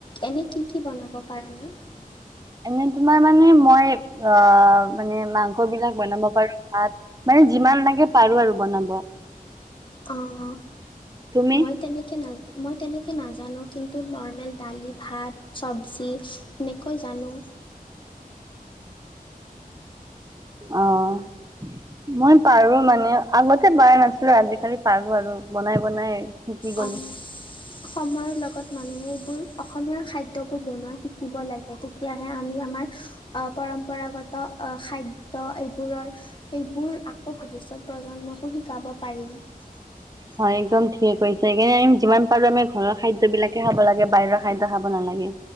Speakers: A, on the left; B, on the right.
A: এনে কি কি বনাব পাৰা নো? <unintelligible>
B: এনে তোমাৰ মানে মই অ মানে মাংস বিলাক বনাব পাৰো ভাত মানে। যিমান লাগে পাৰো আৰু বনাব।
A: আহ
B: তুমি
A: মই তেনেকৈ ন মই তেনেকৈ নাজানো কিন্তু নৰ্মেল দালি ভাত। চব্জি এনেকৈ জানো।
B: আহ মই পাৰো মানে আগতে পাৰা নাছিলো আজিকালি পাৰো আৰু বনাই বনাই শিকি। ফল
A: অ সময়ৰ লগত মানুহে। বোৰ অসমীয়া খাদ্যবোৰ বনোৱা শিকিব লাগে তেতিয়াহে আমি আমাৰ আহ পৰম্পৰাগত খাদ্য এইবোৰৰ এইবোৰ আকৌ ভৱিষ্যত প্ৰজন্মকো শিকাব পাৰি। উ
B: হয় একদম ঠিক হৈছে সেইকাৰণে আমি যিমান পাৰো আমি ঘৰৰ খাদ্য বিলাকে খাব লাগে বাহিৰৰ খাদ্য খাব নালাগে।